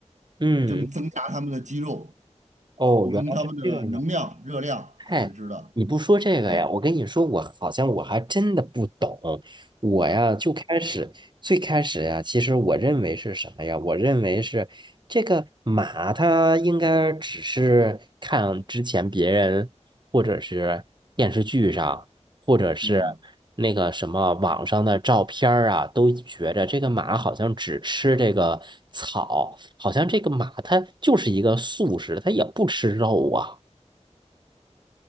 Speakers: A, on the right; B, on the right.
A: 嗯，
B: 增增加他们的肌肉，
A: 哦，
B: 补充他们的能量、
A: 原来是这样。
B: 热量损失的。
A: 哎，你不说这个呀？
B: 对，
A: 我跟你说，我好像我还真的不懂。我呀，就开始最开始呀，其实我认为是什么呀？我认为是这个马，它应该只是看之前别人或者是电视剧上，或者是
B: 嗯。
A: 那个什么网上的照片儿啊，都觉着这个马好像只吃这个草，好像这个马它就是一个素食，它也不吃肉啊。